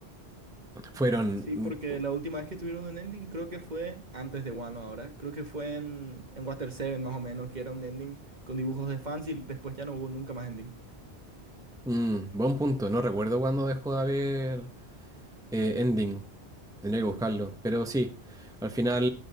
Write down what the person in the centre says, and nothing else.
Fueron,
mm,
mm, buen punto, no recuerdo cuándo dejó de haber eh, ending, tendría que buscarlo, pero sí, al final